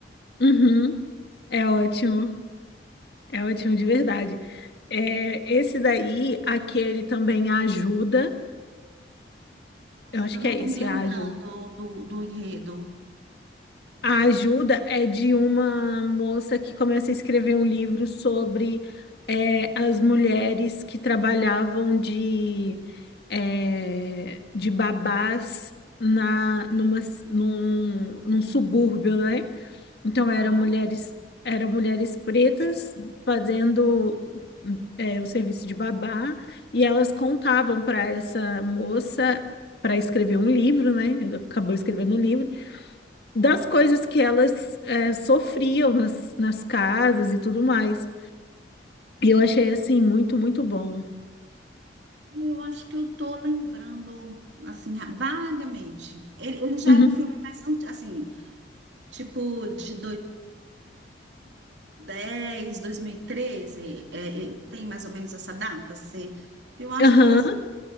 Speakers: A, on the left; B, on the right.
A: Uhum, é ótimo. É ótimo de verdade. É, esse daí, aquele também a ajuda.
B: Ajuda,
A: Eu acho
B: eu
A: que
B: não
A: é
B: estou
A: esse,
B: me lembrando
A: é a ajuda.
B: do, do enredo.
A: A ajuda é de uma moça que começa a escrever um livro sobre é, as mulheres que trabalhavam de, é, de babás na, numa, num, num subúrbio, né? Então
B: Aham.
A: eram mulheres, eram mulheres pretas fazendo é, o serviço de babá e elas contavam para essa moça para escrever um livro, né? Acabou escrevendo um livro das coisas que elas é, sofriam nas, nas casas e tudo mais. E eu achei assim muito, muito bom.
B: Eu acho que eu tô lembrando, assim, vagamente. Ele, ele já
A: Uhum.
B: é um filme mais, anti- assim, tipo de 2010, 2013, é, é, tem mais ou menos essa data, se, que eu acho
A: Aham,
B: que eu já,